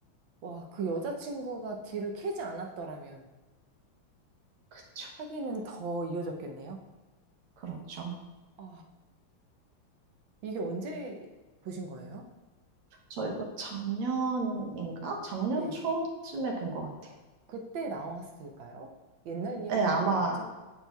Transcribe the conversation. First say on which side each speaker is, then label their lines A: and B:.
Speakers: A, on the right; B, on the right.
A: 와, 그 여자친구가 뒤를 캐지 않았더라면
B: 그쵸.
A: 사귀는 더 이어졌겠네요.
B: 그렇죠.
A: 아, 이게 언제 보신 거예요?
B: 저 이거 작년인가? 작년
A: 네.
B: 초쯤에 본 것 같아요.
A: 그때 나왔을까요? 옛날 이야기는
B: 네, 아마,
A: 아니겠죠?